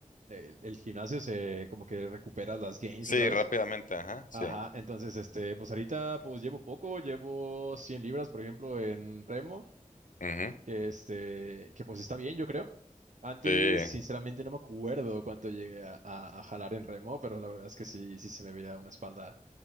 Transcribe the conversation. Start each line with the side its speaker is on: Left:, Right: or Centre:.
Right: el, el gimnasio se como que recupera las gains
Left: Sí,
Right: otra vez.
Left: rápidamente, ajá, sí.
Right: Ajá, entonces, este, pues ahorita pues llevo poco, llevo 100 libras, por ejemplo, en remo,
Left: Ujú,
Right: que este, que pues está bien, yo creo. Antes,
Left: Sí.
Right: sinceramente, no me acuerdo cuánto llegué a, a- a jalar en remo, pero la verdad es que sí, sí se me veía una espalda